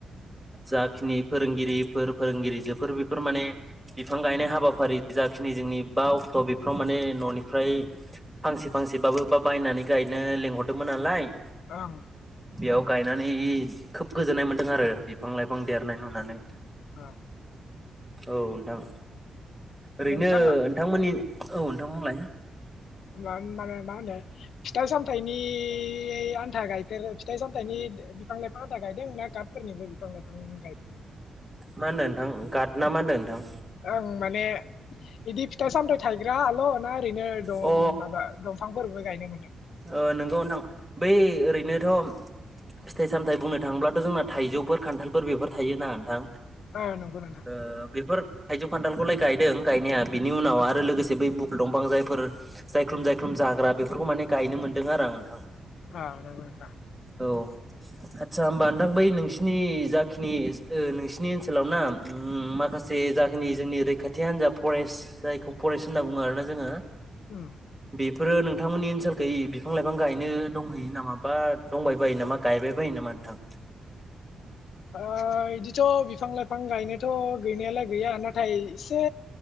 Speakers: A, in the centre; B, on the left (about 70°).
A: जाखिनि फोरोंगिरिफोर फोरोंगिरिजोफोर बेफोर माने बिफां गायनाय हाबाफारि जाखिनि जोंनि बा अक्ट' बेफोराव माने न'निफ्राय फांसे फांसेबाबो ब बायनानै गायनो लिंहरदोंमोन नालाय
B: ओं
A: बेयाव गायनानै खोब गोजोननाय मोन्दों आरो बिफां लाइफां देरनाय नुनानै
B: ओं
A: औ नोंथां ओरैनो
B: नोंथाङा
A: नोंथांमोननि औ नोंथां बुंलाय
B: मा मानो मा होनो फिथाइ सामथायनि आन्था गायफेरो फिथाइ सामथायनि बिफां लाइफां आन्था गायदों ना गाथफोरनिबो बिफां लाइफां गायदों नोंथाङा
A: मा होनदों नोंथां गाद ना मा होनदों नोंथां
B: ओं माने इदि फिथाइ सामथाइ थायग्राल' ना ओैरैनो
A: अ
B: दं माबा दंफांफोर बो गायनो मोनदों
A: ओ नंगौ नोंथां बै ओरैनोथ' फिथाइ सामथाइ बुंनो थाङोब्लाथ' जोंना थाइजौफोर खान्थालफोर बेफोर थायो ना नोंथां
B: ओ नंगौ नोंथां
A: ओ बेफोर थाइजौ खान्थालखौलाय गायदों गायनाया बिनि उनाव आरो लोगोसे बै बुकुल दंफां जायफोर जायख्लुम जायख्लुम जाग्रा बेफोरखौ माने गायनो मोन्दों आरो आं नोंथां
B: आ‌ नंगौ नोंथां
A: औ आतसा होमबा नोंथां बै नों सिनि जाखिनि ओ नोंसिनि ओनसोलाव ना उम माखासे जाखिनि जोंनि रैखाथि हान्जा फरेस्ट जायखौ फरेस्ट होनना बुङो आरोना जोङो
B: उम
A: बेफोरो नोंथांमोननि ओनसोल खै बिफां लाइफां गायनो दंहैयो नामा बा दंबाय बायो नामा गायबाय बायो नामा नोंथां?
B: ओ इदिथ बिफां लाइफां गायनोथ गैनायालाय गैया नाथाय एसे